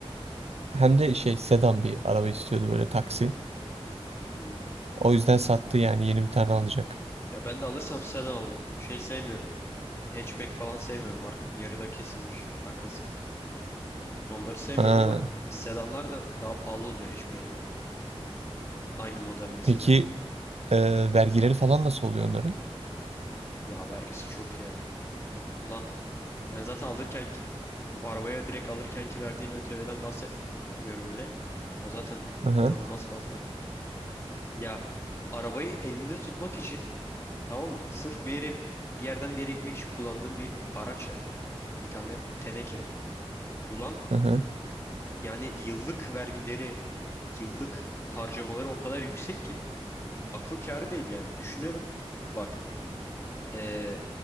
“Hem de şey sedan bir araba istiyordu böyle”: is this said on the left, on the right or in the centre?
Right